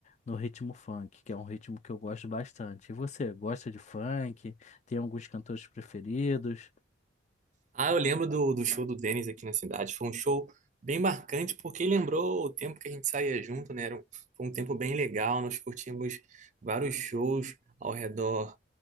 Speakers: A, on the left; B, on the right.
A: no ritmo funk, que é um ritmo que eu gosto bastante. E você, gosta de funk? Tem alguns cantores preferidos?
B: Ah, eu lembro do, do show do Denis aqui na cidade. Foi um show bem marcante, porque lembrou o tempo que a gente saía junto, né? Era um, foi um tempo bem legal. Nós curtimos vários shows ao redor